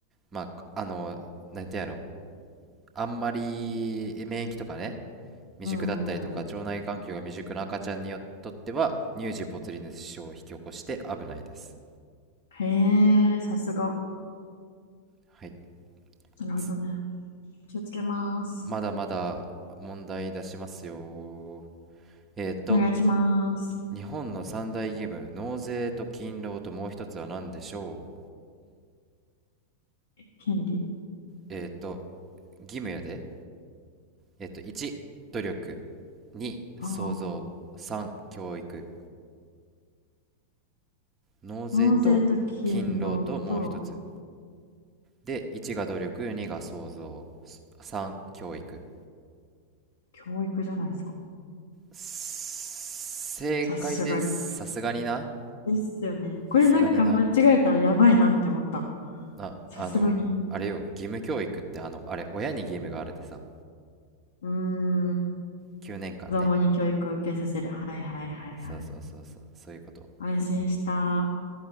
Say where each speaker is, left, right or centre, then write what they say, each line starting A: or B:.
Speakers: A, on the right; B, on the left.
A: まあ、あの、なんてやろ、あんまり免疫とかね、未熟だったりとか、
B: うんうんうん。
A: 腸内環境が未熟な赤ちゃんによっとっては、乳児ボツリヌス症を引き起こして危ないです。
B: へえ、さすが。
A: はい。
B: なるほどね。
A: つ
B: 気をつけます。
A: まだまだ問題出しますよ。えーと、
B: お願いします。
A: 日本の三大義務、納税と勤労ともう一つは何でしょ
B: 権利。
A: えっと、義務やで。えっと、1、努力。2、
B: ああ。
A: 創造。3、教育。納税と勤労ともう一つ。
B: 納税と勤労と
A: で、1が努力、2が創造。3、教育。
B: 教育じゃないですか。
A: 正解です。
B: さすがに。
A: さすがにな。
B: ですよね。これなんか間違えたらやばいなって思った。
A: さすがにな。あ、
B: さすがに。
A: あの、あれよ、義務教育ってあの、あれ、親に義務があるでさ、
B: うーん。
A: 9年間ねんかんね。
B: 子供に教育を受けさせる。はいはいはいはい。
A: そうそうそうそう、そういうこと。
B: 安心した。